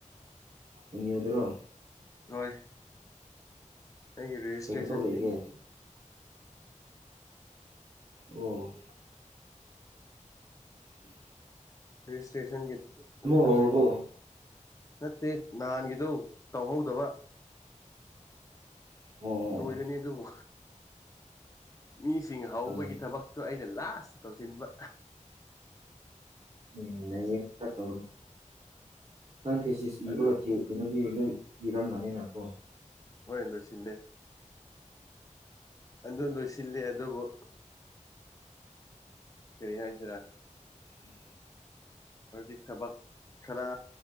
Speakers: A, on the right; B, on the left.
A: ꯑꯦꯝ ꯌꯨ ꯗꯔꯣ
B: ꯍꯣꯏ ꯑꯩꯒꯤ ꯔꯦꯖꯤꯁꯇ꯭ꯔꯦꯁꯟꯒꯤ
A: ꯀꯩ ꯊꯕꯛ ꯂꯩꯒꯦ ꯑꯣ ꯎꯝ
B: ꯔꯦꯖꯤꯁꯇ꯭ꯔꯦꯁꯟꯒꯤ ꯑꯃꯨꯛꯀ
A: ꯍꯧꯔꯕꯣ
B: ꯆꯦꯟꯒꯦ ꯅꯠꯇꯦ ꯅꯍꯥꯟꯒꯤꯗꯣ ꯇꯧꯍꯧꯗꯕ
A: ꯑꯣ ꯑꯣ
B: ꯂꯣꯏꯔꯥꯅꯤ ꯑꯗꯨꯕꯨ ꯃꯤꯁꯤꯡ ꯍꯧꯕꯒꯤ
A: ꯑꯣ
B: ꯊꯕꯛꯇꯣ ꯑꯩ ꯑꯩꯅ ꯂꯥꯁꯇ ꯇꯧꯁꯤꯟꯕ
A: ꯎꯝ ꯅꯩꯌꯦ ꯈ ꯇꯧꯔ ꯅꯪ ꯊꯤꯖꯤꯁ ꯏꯕꯒ
B: ꯑꯗꯨꯅ
A: ꯂꯣꯏꯈꯤ ꯀꯩꯅꯣꯗꯤ ꯂꯩꯏ ꯏꯔꯝꯕꯅꯤ ꯅ ꯀꯣ
B: ꯍꯣꯏ ꯂꯣꯏꯁꯤꯜꯂꯦ ꯑꯗꯨ ꯂꯣꯏꯁꯤꯜꯂꯤ ꯑꯗꯨꯕꯨ ꯀꯔꯤ ꯍꯥꯏ ꯁꯤꯔꯥ
A: ꯎꯝ
B: <unintelligible> ꯊꯕꯛ ꯈꯔ